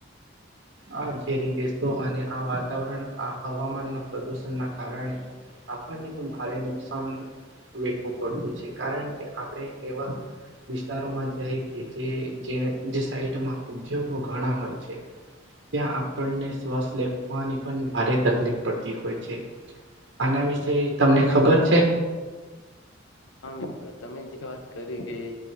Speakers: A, on the right (about 65°); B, on the left (about 80°).
A: આ ઝેરી ગેસતો અને આ વાતાવરણ આ હવામાનના પ્રદૂષણના કારણે આપણને પણ ભારે નુકસાન વેઠવું પડતું છે કારણ કે આપણે એવા. વિસ્તારોમાં જાય કે જે જે સાઈડમાં ઉદ્યોગો ઘણા હોય છે. ત્યાં આપણને શ્વાસ લેવાની પણ ભારે તકલીફ પડતી હોય છે. આના વિશે તમને ખબર છે.
B: હા મિત્રો તમે જે વાત કરી કેઈ